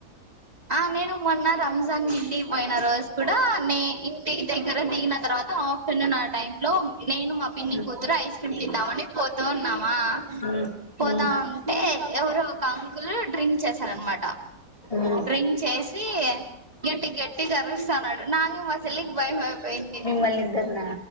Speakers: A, on the right; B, on the left.
A: ఆ నేను మొన్న రంజాన్ గఢిల్లీ పోయిన రోజు కూడా నేనీ ఇంటి దగ్గర దిగిన తర్వాత ఆఫ్టర్నూన్ ఆ టై లో నేను మా పిన్ని
B: ఉమ్
A: కూతురు ఐస్ క్రీమ్ తిందామని పోతూ ఉన్నామా
B: ఉమ్
A: పోతావుంటే ఎవరు ఒక అంకుల్ డ్రింక్ చేశారనమాట
B: ఉమ్
A: డ్రింక్ చేసి గట్టి గట్టి గరిస్తాన్నాడు నాక మా చెల్లికి భయం పోయింది
B: మిమ్మల్ని ఇద్దరినా